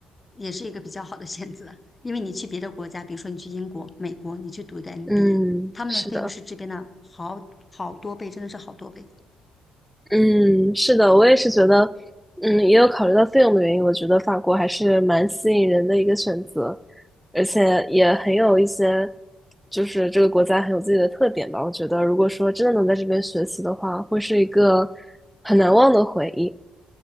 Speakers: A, on the left; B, in the centre.
A: 也是一个比较好的选择，因为你去别的国家，比如说你去英国、美国，你去读一个 MBA，
B: 嗯，
A: 他们的费用是这边的好好多倍，
B: 是的。
A: 真的是好多倍。
B: 嗯，是的，我也是觉得，嗯，也有考虑到费用的原因，我觉得法国还是蛮吸引人的一个选择，而且也很有一些，就是这个国家很有自己的特点吧。我觉得，如果说真的能在这边学习的话，会是一个很难忘的回忆。